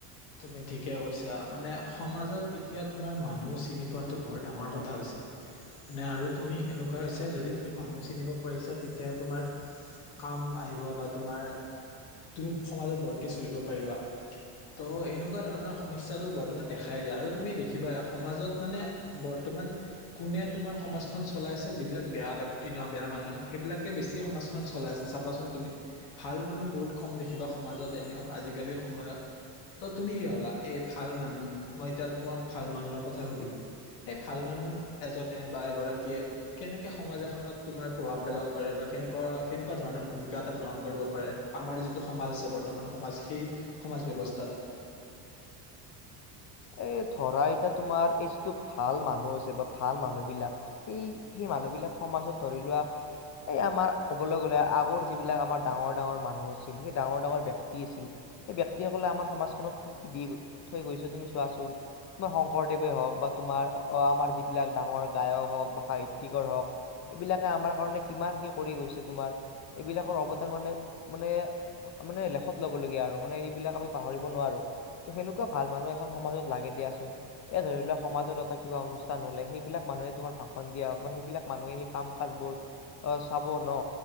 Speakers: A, on the left; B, on the left.
A: তুমি ঠিকে কৈছা। মানে সমাজত এতিয়া তোমাৰ মানুহ চিনি পোৱাটো বৰ ডাঙৰ কথা হৈছে। মানে আৰু তুমি এনেকুৱা হৈছে, যদি তুমি মানুহ চিনিব পাৰিছা তেতিয়াহে তোমাৰ কাম আহিব বা তোমাৰ তুমি সমাজত বৰ্তি চলিব পাৰিবা। ত' এনেকুৱা ধৰণৰ সমস্যাটো বৰ্তমান দেখাই যায়, আৰু তুমি দেখিবা সমাজত মানে বৰ্ত- বৰ্তমান কোনে তোমাৰ সমাজখন চলাইছে, যিবিলাক বেয়া ব্যক্তি ন বেয়া মানুহ সেইবিলাকে বেছি সমাজ চলাই আছে চাবাচোন তুমি ভাল মানুহ বহুত কম দে- কিবা সমাজত এনেও আজিকালিৰ সময়ত ত তুমি কি ভবা এই ভাল মানুহ মই এতিয়া তোমাক ভাল মানুহৰ কথা সুধিলো সেই ভাল মানুহ কো এজনে বা এগৰাকীয়ে কেনেকে সমাজ এখনত তোমাৰ প্ৰভাৱ পেলাব পাৰে বা কেনেকুৱা কে- এনেকুৱা ধৰণৰ ভূমিকা এটা গ্ৰহণ কৰিব পাৰে আমাৰ যিট- সমাজ আছে বৰ্তমান সমাজ সেই সমাজ ব্যৱস্থাত।
B: এ ধৰা এতা তোমাৰ এই যিটো ভাল মানুহ আছে বা ভাল মানুহ বিলাক সেই সেই মান মানুহ বিলাক সমাজত ধৰি লোৱা এই আমাৰ ক'বলৈ গ'লে আগৰ যিবিলাক আমাৰ ডাঙৰ ডাঙৰ মানুহ আছিল। সেই ডাঙৰ ডাঙৰ ব্যক্তি আছিল। সেই ব্যক্তিসকলে আমাৰ সমাজখনক কি কি দি থৈ গৈছে তুমি চোৱাচোন। তোমাৰ শংকৰদেৱে হওক বা তোমাৰ আমাৰ যিবিলাক ডাঙৰ গায়ক হওক বা সাহিত্যিকৰ হওক। এইবিলাকে আমাৰ কাৰণে কিমান কি কৰি গৈছে তোমাৰ, এইবিলাকৰ অৱদান মানে মানে মানে লেখত ল'ব লগীয়া আৰু মানে এইবিলাক আমি পাহৰিব নোৱাৰো। ত সেনেকুৱা ভাল মানুহে খন সমাজত লাগে দিয়া চোন। এ ধৰি লোৱা সমাজত এটা কিবা অনুষ্ঠান হ'লে সেইবিলাক মানুহে তোমাৰ ভাষণ দিয়া হ বা সেইবিলাক মানুহেই সেই কাম-কাজবোৰ অ চাব ন?